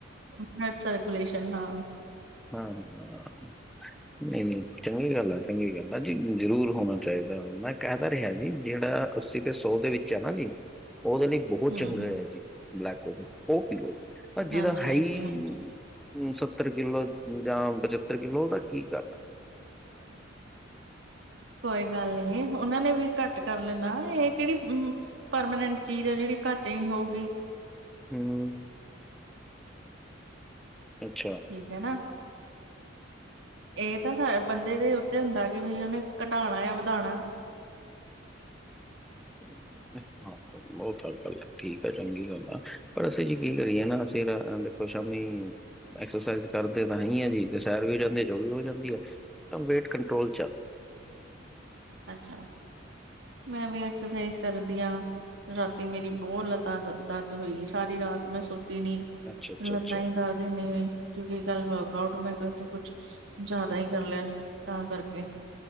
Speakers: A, on the right (about 60°); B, in the centre.
A: ਬਲਡ ਸਰਕੂਲੇਸ਼ਨ ਹਾਂ।
B: ਹਾਂ ਹਾਂ। ਨਹੀਂ ਨਹੀਂ ਚੰਗੀ ਗੱਲ ਆ ਚੰਗੀ ਗੱਲ ਆ ਜੀ ਜ਼ਰੂਰ ਹੋਣਾ ਚਾਈਦਾ ਮੈਂ ਕਹਿ ਤਾ ਰਿਹਾ ਜੀ ਜੇੜਾ ਅੱਸੀ ਤੇ ਸੌ ਦੇ ਵਿੱਚ ਐ ਨਾ ਜੀ ਓਦੇ ਲਈ ਬਹੌਤ
A: ਹਮ
B: ਚੰਗਾ ਹੈ ਜੀ ਬਲੈਕ ਕੋਫੀ ਓਹ ਪੀਓ ਅ ਜਿਦਾ
A: ਹਾਂਜੀ
B: ਹੈਈ
A: ਹਾਂਜੀ ਹਾਂ
B: ਉਂ ਸੱਤਰ ਕਿੱਲੋ ਜਾਂ ਪਚੱਤਰ ਕਿੱਲੋ ਓਦਾ ਕੀ ਕਰ ਆ।
A: ਕੋਈ ਗੱਲ ਨੀ ਏ ਓਹਨਾਂ ਨੇ ਵੀ ਘੱਟ ਕਰ ਲੈਣਾ ਏਹ ਕੇੜੀ ਉੰ ਪਰਮਾਨੈਂਟ ਚੀਜ਼ ਹੈ ਜੇੜੀ ਘੱਟ ਹੀ ਨੀ ਹੋਊਗੀ।
B: ਹੂੰ। ਅੱਛਾ।
A: ਠੀਕ ਹੈ ਨਾ। ਏਹ ਤਾਂ ਸਾਡ ਬੰਦੇ ਦੇ ਉੱਤੇ ਹੁੰਦੈ ਕਿ ਬਈ ਓਹਨੇ ਘਟਾਣਾ ਯਾ ਵਧਾਣਾ।
B: ਹਾਂ, ਬੌਤ ਆਗੱਲ ਠੀਕ ਐ, ਚੰਗੀ ਗੱਲ ਆ, ਪਰ ਅਸੀਂ ਜੀ ਕੀ ਕਰੀਏ ਨਾ ਫਿਰ ਐ ਦੇਖੋ ਸਾ਼ਮੀ ਐਕਸਰਸਾਈਜ਼ ਕਰਦੇ ਤਾਂ ਹੈ ਈ ਆ ਜੀ ਤੇ ਸੈਰ ਜਾੰਦੇ ਜੋਗਿਗ ਹੋ ਜਾਂਦੀ ਆ, ਤਾ ਵੇਟ ਕੰਟਰੋਲ ਚ ਆ।
A: ਅੱਛਾ, ਮੈਂ ਵੀ ਐਕਸਰਸਾਈਜ਼ ਕਰਦੀ ਆਂ। ਰਾਤੀ ਮੇਰੀ ਬੌਤ ਲਤਾ ਦਰਦ ਹੋਈ ਸਾਰੀ ਰਾਤ ਮੈਂ ਸੁੱਤੀ ਨੀ।
B: ਅੱਛਾ ਅੱਛਾ
A: ਲੱਤਾਂ
B: ਅੱਛਾ
A: ਹੀ ਦਰਦ ਇਨੀ ਹੋਈ ਕਿਉਂਕਿ ਕਲ ਵਰਕ ਆਊਟ ਮੈਂ ਕ ਤੇ ਕੁਛ ਜਾਦਾ ਹੀ ਕਰ ਲਿਆ ਸੀ ਤਾਂ ਕਰਕੇ।